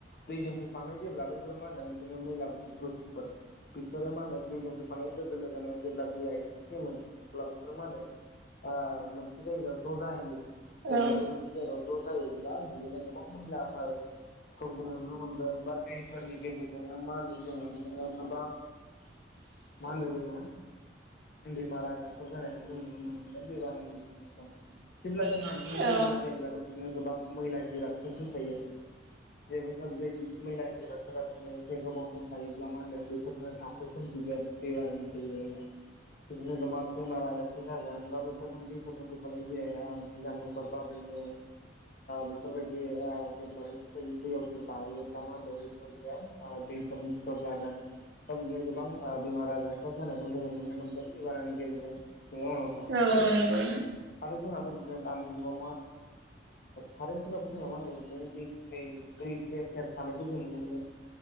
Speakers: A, on the left; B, on the right.
A: दैजों फैफानाय जेब्ला बैफोर मा होनदों बिदिनो मैला बुस्थुफोर बिसोरो मा होनदों दैजों फैफानाय लोगो लोगोनो जेब्ला दैया एसे सेमो अब्ला बेफोरो मा होनदों ओ मोनसे जायगायाव ज' जाहैयो
B: औ
A: जेब्ला
B: औ
A: बे मोनसे जायगायाव ज' जायोब्ला बिदिनो गोबां मैलाफोर खौ जोङो नुनो मोनगोन बा दैफोरनि गेजेरजोंनो मा होनदों जोङो बिदिनो गोबां मा होनो जोङो बेमार आजारफोर' जानायखौबो जोङो नुनो मोनगोन दैबानानि गेजेरजों जेब्ला
B: नंगौ
A: जोंहा
B: नोंथां
A: बिदिनो दैबाना जायोब्ला बिदिनो गोबां मैला जिरादफोर फैफायो जेबो बैफोर बायदि मैला जिरादफोरा बिदिनो एसे गोबाव सम थायोब्ला मा होनदों बेफोरजोंनो थाम्फै सोमजिगोन दैबानानि गेजेरजोंनो बिदिनो गोमार बेमार आजारफोर जागोन बा बैफोरनो दैफोरजों फैफानाय जिया बिजानुफोर बा बेनो बेफोरबायदि जेब्ला बेसबायदि दैयाव थायोब्ला मा होनदों बेफोरबायदि बेयाव दै फोरनि सिथर जागोन था बिदिनो गोबां ओ बेमार आजारफ्राब जानायखौ जोङो नुनो मोनगोन दैबानानि गेजेरजों नंगौना नंङा नोंथां
B: औ नंगौ
A: आरो जोंहाथ बिदिनो दानि जुगाव खारेनफोर मा होनदों दै दै दै सेर सेर थानायखौ जों नुनो मोनो